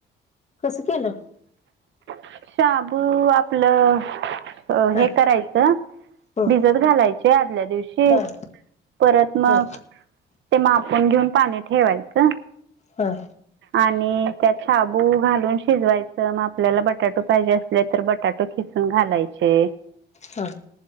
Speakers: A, on the left; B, on the right.
A: कसं केलं.
B: शाबू आपलं अ
A: हां
B: हे करायचं
A: हो
B: भिजत घालायचे आदल्या दिवशी
A: हां
B: परत मग
A: हो
B: ते मा आपण घेऊन पाणी ठेवायचं
A: हां
B: आणि त्यात शाबू घालून शिजवायचं मग आपल्याला बटाटो पाहिजे असले तर बटाटो खिचून घालायचे. ते.
A: हा.